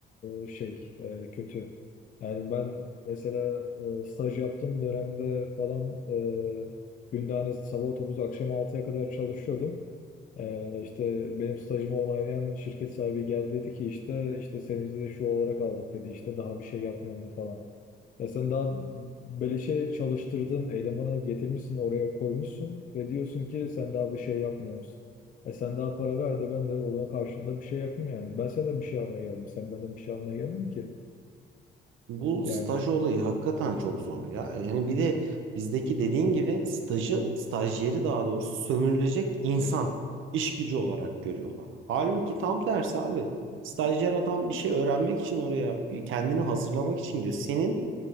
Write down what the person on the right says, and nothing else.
Bu
staj olayı hakikaten çok zor ya. Yani bir de bizdeki dediğin gibi stajı, stajyeri daha doğrusu sömürülecek insan, iş gücü olarak görüyorlar. Halbuki tam tersi abi. Stajyer adam bir şey öğrenmek için oraya, kendini hazırlamak için diyor. Senin